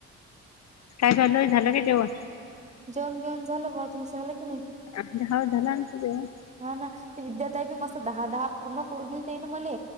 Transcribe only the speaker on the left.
काय झालं, झालं काय जेवण?
<unintelligible> झाला आमचं जेवण.